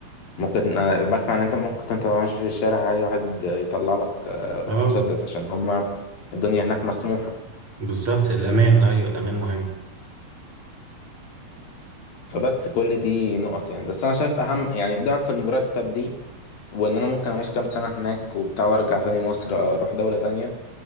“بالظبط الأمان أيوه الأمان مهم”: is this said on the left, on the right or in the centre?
Right